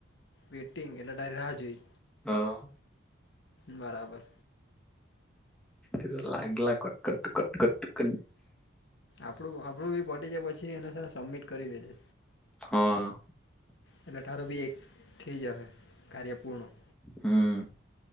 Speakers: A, on the left; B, in the centre.
A: વેટિંગ એટલે તારી રાહ જોઈ.
B: હા.
A: બરાબર.
B: એ લાગલા કટ કટ કટ કટ
A: આપડું આપણું બી પતી છે પછી એને સબમિટ કરી દેજે.
B: હા.
A: એટલે તારું બી એક થઈ જ હશે કાર્ય પૂર્ણ.
B: હમ